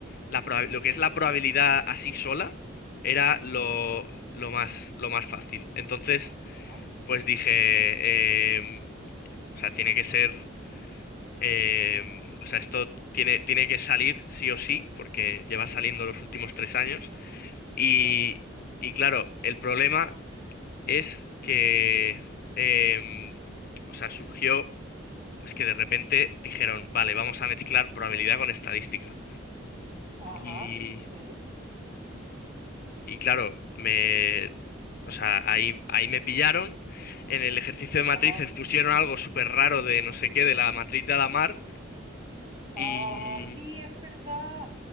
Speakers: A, on the left; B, on the right.
A: la proba- lo que es la probabilidad así sola era lo,
B: Sí.
A: lo más, lo más fácil. Entonces,
B: Ah,
A: pues dije, em, o sea, tiene que ser, em, o sea, esto tiene, tiene que salir sí o sí, porque lleva saliendo los últimos tres años. Y,
B: claro.
A: y claro, el problema es que, em, o sea, surgió pues que de repente dijeron, vale, vamos a mezclar probabilidad con estadística.
B: Ajá,
A: Y,
B: sí.
A: y claro, me, o sea, ahí, ahí me pillaron. En el ejercicio de matrices
B: Ah,
A: pusieron algo súper raro de no sé qué, de la matriz de Alamar.
B: ah,
A: Y
B: sí, es verdad.